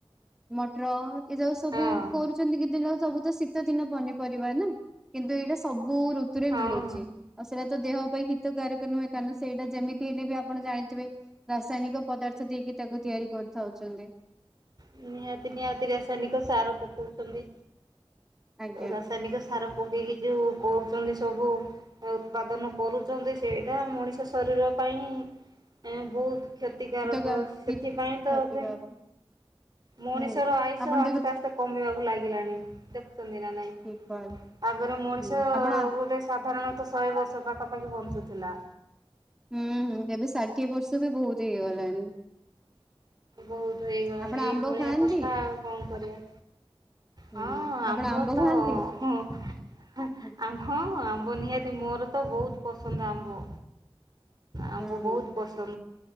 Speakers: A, in the centre; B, on the right.
A: ମଟର ଏ ଯୋଉ ସବୁ
B: ହଁ
A: କରୁଛନ୍ତି। କିଛି ଦିନ ସବୁ ତ ଶୀତ ଦିନ ପନିପରିବା ନା? କିନ୍ତୁ ଏଇଟା ସବୁ ଋତୁରେ
B: ହଁ
A: ମିଳୁଚି। ଆଉ ସେଇଟା ତ ଦେହ ପାଇଁ ହିତକାରକ ନୁହେଁ, କାରଣ ସେଇଟା ଯେମିତି ହେଲେ ବି ଆପଣ ଜାଣିଥିବେ ରାସାୟନିକ ପଦାର୍ଥ ସେ ଦେଇକି ତାକୁ ତିଆରି କରି ଖାଉଛନ୍ତି।
B: ନିହାତି ନିହାତି ରାସାୟନିକ ସାର ପକଉଛନ୍ତି।
A: ଆଜ୍ଞା।
B: ରାସା ରାୟନିକ ସାର ପକେଇକି ଯୋଉ କହୁଛନ୍ତି ସବୁ ଆଉ ଉତ୍ପାଦନ କରୁଛନ୍ତି ସେଇଟା ମଣିଷ ଶରୀର ପାଇଁ ବୋହୁତ କ୍ଷତିକାରକ
A: କ୍ଷତିକାରକ
B: ସେଥିପାଇଁ ତ ଏବେ ମଣିଷର
A: ହୁଁ
B: ଆୟୁଷ
A: ଆପଣ
B: ଆସ୍ତେ
A: ଦେଖ
B: ଆସ୍ତେ କମିବାକୁ ଲାଗିଲାଣି, ଦେଖୁଛନ୍ତି ନା ନାଇଁ?
A: ଠିକ କହିଲେ
B: ଆଗରେ ମଣିଷ
A: ଆପଣ
B: ଗୋଟେ ସାଧାରଣତଃ ଶହେ ବର୍ଷ ପାଖାପାଖି ବଞ୍ଚୁଥିଲା।
A: ହୁଁ ହୁଁ ଏବେ ଷାଠିଏ ବର୍ଷ ବି ବୋହୁତ ହେଇଗଲାଣି।
B: ବୋହୁତ ହେଇଗଲାଣି
A: ଆପଣ
B: ଏଇ
A: ଆମ୍ବ
B: ଭଳିଆ
A: ଖାଆନ୍ତି?
B: କଥା ଆଉ କଣ କରିବା।
A: ହୁଁ
B: ହଁ ଆମ୍ବ
A: ଆପଣ
B: ତ
A: ଖାଆନ୍ତି?
B: ହଁ ଆ
A: ହୁଁ
B: ଆ ହଁ ଆମ୍ବ ନିହାତି ମୋର ତ ବୋହୁତ ପସନ୍ଦ ଆମ୍ବ, ଆମ୍ବ
A: ହୁଁ
B: ବୋହୁତ ପସ